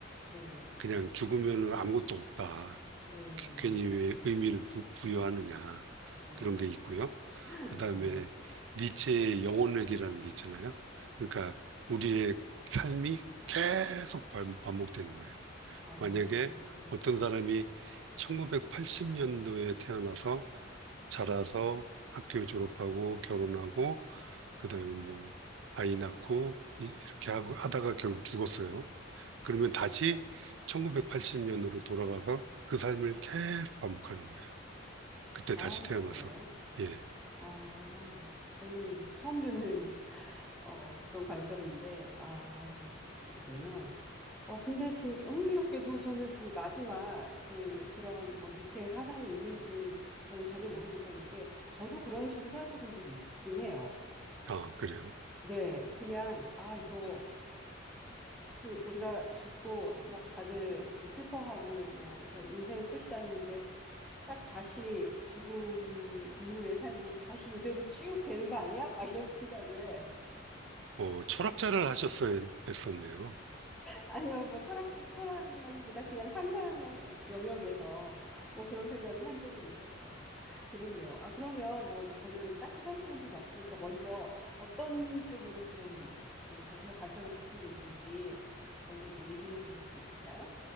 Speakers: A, in the centre; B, on the right.
A: 네.
B: 그냥 죽으면은 아무것도 없다.
A: 네.
B: 괜히 왜 의미를 부, 부여하느냐
A: 네.
B: 그런 게 있고요.
A: <laughs>
B: 그다음에
A: 네.
B: 니체의 영혼회귀라는 게 있잖아요. 그러니까 우리의 삶이 계속 반- 반복되는 거예요.
A: 아,
B: 만약에
A: 네.
B: 어떤 사람이 1980년도에 태어나서 자라서 학교 졸업하고 결혼하고 그다음에 뭐 아이 낳고 이- 이렇게 하고 하다가 결국 죽었어요. 그러면 다시 1980년으로 돌아가서 그 삶을 계속 반복하는 거예요. 그때 다시
A: 아,
B: 태어나서.
A: 그래요?
B: 예.
A: 아, 저는 처음 듣는 어, 그런 관점인데, 아, 그러시, 그렇군요. 어, 근데 지금 흥미롭게도 저는 그 마지막 그, 그런 뭐 니체의 사상이 있는지는 저는 전혀 모르고 있었는데, 저도 그런 식으로 생각해 본 적이 있긴 해요.
B: 아, 그래요.
A: 네, 그냥, 아, 이거, 스- 우리가 죽고 막 다들 이제 슬퍼하고 뭐, 그래서 인생은 끝이다 했는데, 딱 다시 죽음 이후의 삶이 다시 이대로 쭉 되는 거 아니야? 막 이런 <laughs> 생각을.
B: 어, 철학자를 하셨어야 됐었네요.
A: 아니요, 뭐 철학진 철학이라기보다 그냥 상상의 영역에서 뭐 그런 생각을 한 적은 있었어요. 재밌네요. 아, 그러면 뭐 저는 딱히 생각해 본 적이 없으니까 먼저 어떤 쪽으로 좀 그 자신의 관점을 갖고 계신지 먼저 좀 얘기해 보실 수 있을까요?